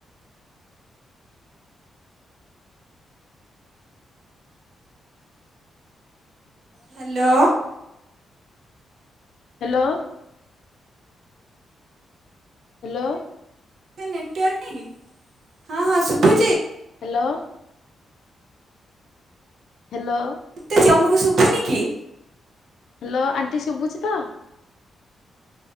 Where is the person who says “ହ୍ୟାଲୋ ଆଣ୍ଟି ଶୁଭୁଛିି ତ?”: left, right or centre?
Left